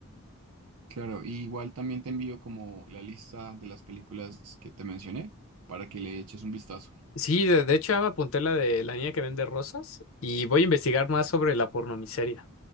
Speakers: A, on the right; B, on the left.
A: claro. Y igual también te envío como la lista de las películas que te mencioné para que le eches un vistazo.
B: Sí, de, de hecho ya me apunté la de la niña que vende rosas y voy a investigar más sobre la pornomiseria.